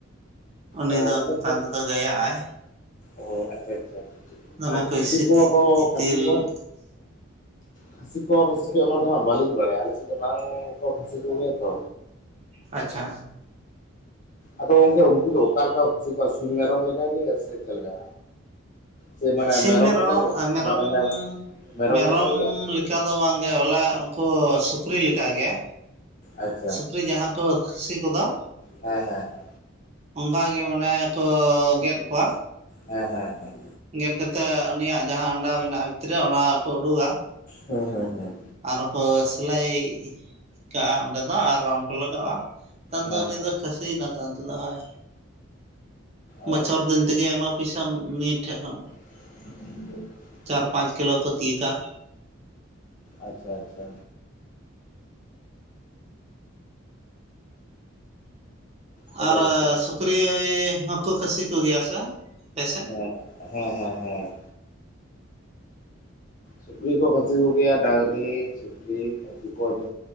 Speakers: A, on the right; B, on the left.
A: ᱩᱱᱤᱫᱚ
B: ᱚ ᱟᱞᱮ ᱥᱮᱫ
A: ᱟᱫᱚ ᱫᱚ ᱜᱟᱭᱟᱜᱼᱟᱭ
B: ᱚ ᱟᱪᱷᱟ- ᱟᱪᱷᱟ
A: ᱫᱚᱢᱮ
B: ᱟᱨ ᱠᱷᱟᱹᱥᱤ
A: ᱤᱥᱤᱫ
B: ᱠᱚ ᱟᱠᱚ
A: ᱤᱛᱤᱞ
B: ᱠᱷᱟᱹᱥᱤ ᱠᱚ ᱠᱷᱟᱹᱥᱤ ᱠᱚᱣᱟ ᱠᱚ ᱥᱮ ᱪᱮᱫ ᱚᱱᱟᱫᱚ ᱦᱟᱸᱜ ᱵᱟᱹᱞᱤᱧ ᱵᱟᱲᱟᱭᱟ ᱟᱞᱮ ᱥᱮᱫ ᱫᱚ ᱵᱟᱝᱠᱚ ᱠᱷᱟᱹᱥᱤ ᱠᱚᱜᱮᱭᱟ ᱛᱚ
A: ᱟᱪᱷᱟ
B: ᱟᱫᱚ ᱜᱚᱝᱠᱮ ᱩᱱᱠᱩ ᱫᱚ ᱚᱠᱟ ᱞᱮᱠᱟ ᱠᱚ ᱠᱷᱟᱹᱥᱤ ᱠᱚᱣᱟ ᱥᱤᱢ ᱢᱮᱨᱚᱢ ᱞᱮᱠᱟᱜᱮ ᱥᱮ ᱟᱠᱟ ᱞᱮᱠᱟ? ᱥᱮ ᱢᱟᱱᱮ
A: ᱥᱤᱢ
B: ᱢᱮᱨᱚᱢ
A: ᱢᱮᱨᱚᱜ
B: ᱞᱮᱠᱟᱜᱮ
A: ᱢᱮᱨᱚᱢ-ᱢᱮᱨᱚᱢ
B: ᱢᱟᱱᱮ ᱢᱮᱨᱚᱢ ᱞᱮᱠᱟᱜᱮ
A: ᱞᱮᱠ ᱚᱝᱠᱟ ᱫᱚ ᱵᱟᱝᱜᱮ ᱦᱚᱞᱮ ᱩᱝᱠᱩ ᱥᱩᱠᱨᱤ ᱞᱮᱠᱟᱜᱮ
B: ᱟᱪᱪᱷᱟ
A: ᱥᱩᱠᱨᱤ ᱡᱟᱦᱟᱸ ᱛᱚ ᱠᱷᱟᱹᱥᱤ ᱠᱚᱫᱚ?
B: ᱦᱮᱸᱻᱦᱮᱸ ᱦᱮᱸᱻ
A: ᱚᱝᱠᱟ ᱜᱮ ᱢᱟᱱᱮ ᱠᱚ ᱜᱮᱫ ᱠᱚᱣᱟ
B: ᱦᱮᱸᱻᱦᱮᱸᱻᱦᱮᱸᱻ
A: ᱜᱮᱫ ᱠᱟᱛᱮᱫ ᱩᱱᱤᱭᱟᱜ ᱡᱟᱦᱟᱸ ᱟᱱᱰᱟ ᱢᱮᱱᱟᱜᱼᱟ ᱵᱷᱤᱛᱨᱤ ᱨᱮ ᱚᱱᱟ ᱠᱚ ᱳᱰᱳᱜᱟ
B: ᱦᱮᱸᱻᱦᱮᱸᱻᱦᱮᱸᱻ
A: ᱟᱨᱚ ᱠᱚ ᱥᱤᱞᱟᱹᱭ ᱠᱟᱜᱼᱟ ᱚᱸᱰᱮ ᱫᱚ ᱟᱨ ᱨᱟᱱ ᱠᱚ ᱞᱟᱜᱟᱣᱟᱜᱼᱟ ᱱᱮᱛᱟᱨ ᱫᱚ
B: ᱦᱮᱸ
A: ᱩᱱᱤ
B: ᱦᱮᱸ
A: ᱫᱚ ᱠᱷᱟᱹᱥᱤᱭᱱᱟ ᱛᱚ ᱚᱱᱛᱮᱫᱚ ᱦᱚᱭ
B: ᱚ
A: ᱵᱚᱪᱷᱚᱨ ᱫᱤᱱ ᱛᱮᱜᱮ ᱟᱭᱢᱟ ᱯᱚᱭᱥᱟᱢ ᱱᱤᱭᱟᱹ ᱴᱷᱮᱜ ᱫᱚ
B: ᱵᱟᱝ ᱟᱸᱡᱚᱢ ᱴᱷᱤᱠᱟᱹᱜ ᱠᱟᱱᱟ
A: ᱪᱟᱨ, ᱯᱟᱸᱪ ᱠᱤᱞᱳ ᱠᱚ ᱛᱤᱭᱟᱹᱠᱟ
B: ᱟᱪᱷᱟ-ᱟᱪᱷᱟ ᱛᱟᱦᱞᱮ
A: ᱟᱨ
B: ᱵᱚᱪᱷᱚᱨ
A: ᱥᱩᱠᱨᱤ ᱦᱚᱸᱠᱚ ᱠᱷᱟᱹᱥᱤ ᱠᱚᱜᱮᱭᱟ ᱥᱮ ᱦᱮᱸᱥᱮ
B: ᱦᱮᱸᱻ ᱦᱮᱸ, ᱦᱮᱸᱻ ᱦᱮᱸᱻᱦᱮᱸᱻ ᱥᱩᱠᱨᱤ ᱠᱚ ᱠᱷᱟᱹᱥᱤ ᱠᱚᱜᱮᱭᱟ ᱰᱟᱝᱨᱤ, ᱥᱩᱠᱨᱤ ᱱᱩᱠᱩ ᱠᱚᱜᱮ